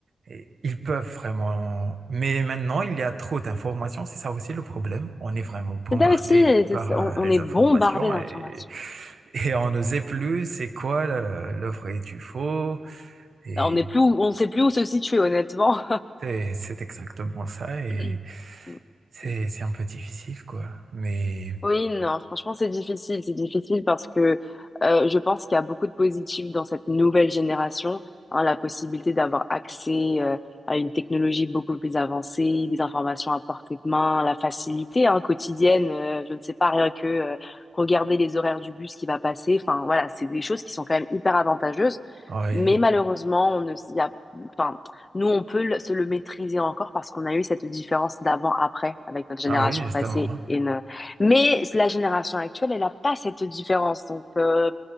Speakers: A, on the right (about 55°); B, on the left (about 30°).
A: et Ils peuvent vraiment. Mais maintenant, il y a trop d'informations. C'est ça aussi le problème. On est vraiment bombardé
B: C'était aussi, c'est-
A: par
B: on,
A: euh,
B: on
A: les
B: est
A: informations
B: bombardé d'informations.
A: et, et on ne sait plus c'est quoi le, le vrai et du faux. Et
B: On n'est plus, où- on ne sait plus où se situer, honnêtement.
A: c'est c'est exactement ça. Et
B: <clears throat> <laughs>
A: c'est
B: Mm.
A: c'est un peu difficile, quoi. Mais
B: Oui, non, franchement, c'est difficile. C'est difficile parce que euh, je pense qu'il y a beaucoup de positifs dans cette nouvelle génération. hein, la possibilité d'avoir accès euh, à une technologie beaucoup plus avancée, des informations à portée de main, la facilité hein, quotidienne. euh, je ne sais pas, rien que euh, regarder les horaires du bus qui va passer. Enfin, voilà, c'est des choses qui sont quand même hyper avantageuses.
A: ah oui,
B: Mais malheureusement, on ne s'y a... enfin, nous, on peut le- se le maîtriser encore parce qu'on a eu cette différence d'avant-après avec notre génération
A: ah oui, justement.
B: passée. Et ne... Mais la génération actuelle, elle n'a pas cette différence. Donc, euh,